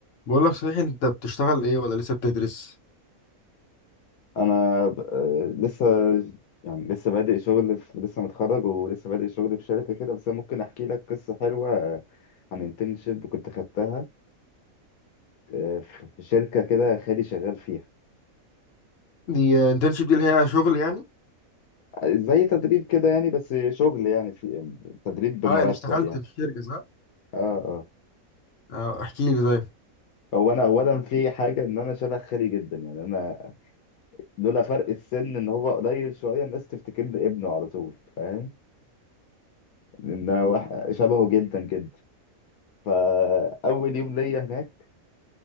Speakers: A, on the left; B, on the left.
A: بقول لك صحيح انت بتشتغل ايه ولا لسه بتدرس
B: انا ب- آه، لسه يعني لسه بادئ شغل في لسه متخرج ولسه بادئ شغل في شركه كده بس انا ممكن احكي لك قصه حلوه آه، عن انترنشيب كنت خدتها آه، في في شركه كده خالي شغال فيها
A: دي انترنشيب دي اللي هي شغل يعني
B: آه، زي تدريب كده يعني بس شغل يعني في تدريب بمرتب
A: اه يعني اشتغلت
B: يعني
A: في شركة صح
B: اه اه
A: اه احكي لي طيب
B: هو انا اولا في حاجه ان انا شبه خالي جدا يعني انا لولا فرق السن ان هو قليل شويه الناس تفتكرني ابنه على طول فاهم لان أنا واحد- شبهه جدا جدا فاول يوم ليا هناك